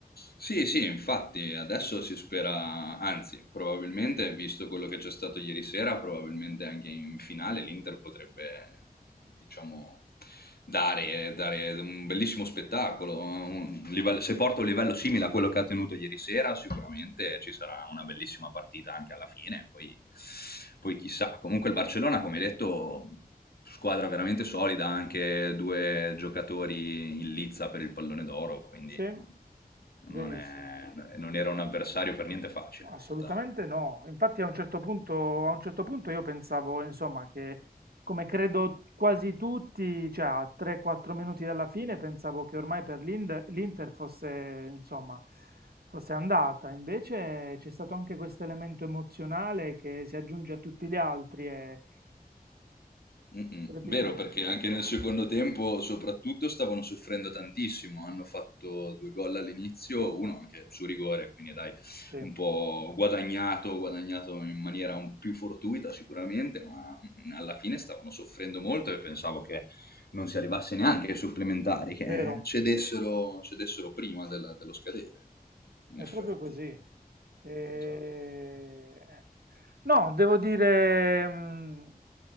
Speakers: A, on the left (about 75°); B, on the right (about 75°).
A: Sì, sì, infatti adesso si spera, anzi, probabilmente, visto quello che c'è stato ieri sera, probabilmente anche in finale l'Inter potrebbe, diciamo, dare, dare un bellissimo spettacolo. un livello- se porta un livello simile a quello che ha tenuto ieri sera, sicuramente ci sarà una bellissima partita anche alla fine, poi, poi chissà. Comunque il Barcellona, come hai detto, squadra veramente solida, anche due giocatori in lizza per il pallone d'oro, quindi...
B: Sì,
A: Non non,
B: verissimo.
A: è- non era un avversario per niente facile.
B: Assolutamente
A: È stata...
B: no. Infatti a un certo punto, a un certo punto io pensavo, insomma, che come credo quasi tutti, cioè a 3-4 minuti dalla fine, pensavo che ormai per l'Inde- l'Inter fosse, insomma, fosse andata. Invece c'è stato anche questo elemento emozionale che si aggiunge a tutti gli altri, è
A: Mm-mm.
B: strepitoso.
A: Vero, perché anche nel secondo tempo, soprattutto, stavano soffrendo tantissimo. Hanno fatto due gol all'inizio, uno anche su rigore, quindi dai,
B: Sì,
A: un po' guadagnato, guadagnato in maniera un più fortuita sicuramente, ma mm, alla fine stavano soffrendo molto e pensavo che non si arrivasse neanche ai supplementari, che
B: vero,
A: cedessero, cedessero prima della- dello scadere, in
B: è
A: effetti.
B: proprio così. E-
A: Già.
B: No, devo dire mm,